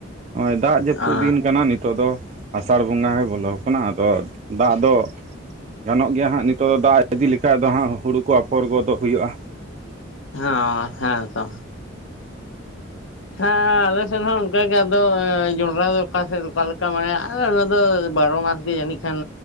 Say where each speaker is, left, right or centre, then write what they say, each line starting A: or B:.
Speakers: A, on the right (about 35°); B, on the left (about 75°).
A: ᱱᱚᱼᱚᱭ ᱫᱟᱜ ᱡᱟᱹᱯᱩᱫ
B: ᱚ
A: ᱫᱤᱱ ᱠᱟᱱᱟ ᱱᱤᱛᱚᱜ ᱱᱤᱛᱚᱜ ᱫᱚ ᱟᱥᱟᱲ ᱵᱚᱸᱜᱟ ᱦᱚᱸ ᱵᱚᱞᱚ ᱟᱠᱟᱱᱟ ᱟᱫᱚ ᱫᱟᱜ ᱫᱚ ᱜᱟᱱᱚᱜ ᱜᱮᱭᱟ ᱦᱟᱸᱜ ᱱᱤᱛᱚᱜ ᱫᱚ ᱫᱟᱜ ᱤᱫᱤ ᱞᱮᱠᱷᱟᱡ ᱫᱚ ᱦᱟᱸᱜ ᱦᱩᱲᱩ ᱠᱚ ᱟᱯᱷᱚᱨ ᱜᱚᱫᱚᱜ ᱦᱩᱭᱩᱜᱼᱟ᱾
B: ᱚᱸ ᱦᱮᱸᱛᱚ ᱦᱮᱸ ᱟᱞᱮ ᱥᱮᱱ ᱦᱚᱸ ᱚᱱᱠᱟ ᱜᱮ ᱟᱫᱚ ᱡᱚᱱᱰᱨᱟ ᱫᱚ ᱚᱠᱟ ᱥᱮᱱ ᱚᱠᱟ ᱞᱮᱠᱟ ᱢᱟᱱᱮ ᱚᱱᱟ ᱫᱚ ᱵᱟᱨᱚ ᱢᱟᱥ ᱜᱮ ᱡᱟᱹᱱᱤᱡ ᱠᱷᱟᱱ